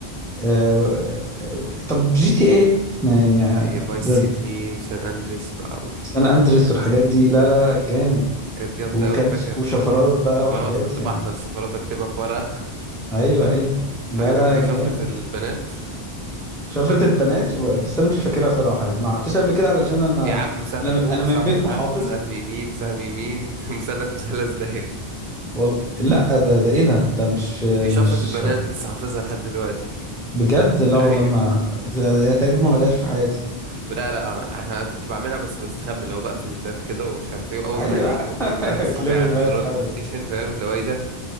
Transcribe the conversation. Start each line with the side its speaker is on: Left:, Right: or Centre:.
Centre: آه، آه، طب جي تي ايه انا يعني
Right: جي
Centre: آه،
Right: تي اي فايس
Centre: ده
Right: سيتي وسان اندريس بقى اوف
Centre: سان
Right: أوف.
Centre: اندريس والحاجات دي لا لا جامد
Right: كانت جامده
Centre: وكان
Right: قوي فاكر
Centre: وشفرات بقى
Right: شفرات
Centre: وحاجات
Right: كنت
Centre: يعني
Right: بحفظ شفرات اكتبها في ورقة
Centre: ايوه ايوه
Right: <laughs>
Centre: لا
Right: فاكر
Centre: لا
Right: كان في
Centre: جامد
Right: شفرة البنات
Centre: شفرة البنات و... بس انا مش فاكرها صراحه يعني ما عملتهاش قبل كده علشان انا
Right: يا عم سهم
Centre: انا
Right: فوق
Centre: م- انا
Right: سهم
Centre: من بيت
Right: تحت
Centre: محافظ
Right: سهم يمين سهم يمين <laughs> مثلث مثلث دايرة
Centre: وال... لا ده ده ايه ده ده مش في
Right: دي
Centre: مش
Right: شفرة البنات لسه حافظها لحد دلوقتي <laughs>
Centre: بجد لا والله
Right: ايوه
Centre: ما ده ده تقريبا ما بدأش في حياتي
Right: لا لا انا كنت بعملها بس بستخبى اللي هو بقفل الباب كده ومش عارف ايه واول
Centre: ايوه
Right: ما حد يجي بكون
Centre: <laughs>
Right: مجهز صابعي
Centre: تلم
Right: على
Centre: البنات
Right: زرار
Centre: حواليك
Right: بلاي ستيشن فاهم اللي هو ايه ده